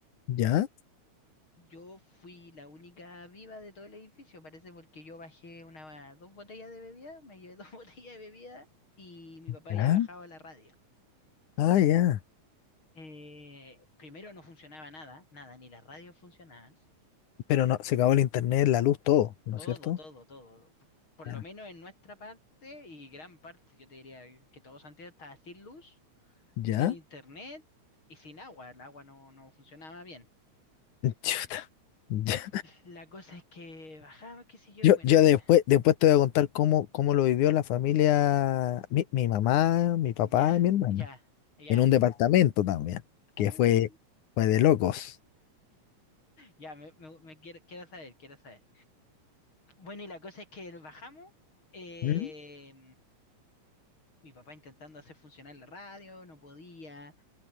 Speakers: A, on the left; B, on the left.
A: ¿Ya?
B: Yo fui la única viva de todo el edificio, parece, porque yo bajé una, dos botellas de bebida, me llevé dos <laughs> botellas de bebida y mi papá
A: ¿Ya?
B: había bajado la radio.
A: Ah, ya.
B: Eh, primero no funcionaba nada, nada, ni las radios funcionaban.
A: Pero no, se acabó el internet, la luz, todo, ¿no
B: Todo,
A: es cierto?
B: todo, todo. Por
A: Ya.
B: lo menos en nuestra parte y gran parte, yo te diría que todo Santiago estaba sin luz,
A: ¿Ya?
B: sin internet y sin agua. El agua no, no funcionaba bien.
A: <laughs> Chuta. Ya.
B: La cosa es que bajaba, qué sé yo,
A: Yo,
B: y bueno,
A: yo
B: eh,
A: después, después te voy a contar cómo, cómo lo vivió la familia, mi, mi mamá, mi papá
B: ya,
A: y mi hermana.
B: ya, ya.
A: en un departamento también, que
B: Uh,
A: fue, fue de locos.
B: ya, me, me- me quiero, quiero saber, quiero saber. Bueno, y la cosa es que bajamos. eh,
A: ¿Mm?
B: mi papá intentando hacer funcionar la radio, no podía.